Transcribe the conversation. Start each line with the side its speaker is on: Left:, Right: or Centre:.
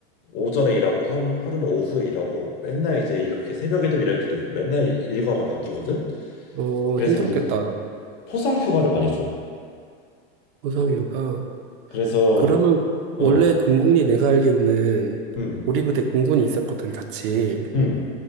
Left: 오전에 일하고 하루, 하루는 오후에 일하고 맨날 이제 이렇게 새벽에도 일할 때도 있고 맨날 일과가 바뀌거든.
Right: 어,
Left: 그래서
Right: 힘들었겠다.
Left: 우리는 포상 휴가를 많이 줘.
Right: 고상휴가.
Left: 그래서
Right: 그러면
Left: 어,
Right: 원래 공군이 내가 알기로는
Left: 음,
Right: 우리 부대 공군이 있었거든, 같이.
Left: 음,